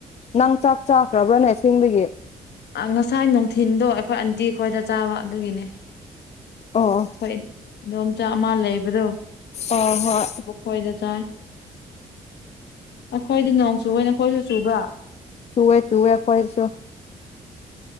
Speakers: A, on the left; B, on the left.
A: ꯅꯪ ꯆꯥꯛ ꯆꯥꯈ꯭ꯔꯕ꯭ꯔꯥꯅꯦ ꯑꯁꯦꯡꯕꯒꯤ꯫
B: ꯑꯥ ꯉꯁꯥꯏ ꯅꯨꯡꯊꯤꯟꯗꯣ ꯑꯩꯈꯣꯏ ꯑꯟꯇꯤ ꯈꯣꯏꯗ ꯆꯥꯕ ꯑꯗꯨꯒꯤꯅꯦ꯫
A: ꯑꯣ ꯑꯣ
B: ꯑꯈꯣꯏ ꯏꯗꯣꯝꯆꯥ ꯑꯃ ꯂꯩꯕꯗꯣ꯫
A: ꯑꯣ ꯍꯣꯏ
B: ꯃꯈꯣꯏꯗ ꯆꯥꯏ ꯑꯩꯈꯣꯏꯗꯤ ꯅꯣꯡ ꯆꯨꯋꯦ ꯅꯈꯣꯏꯁꯨ ꯆꯨꯕ꯭ꯔꯥ?
A: ꯆꯨꯋꯦ ꯆꯨꯋꯦ ꯑꯈꯣꯏꯁꯨ꯫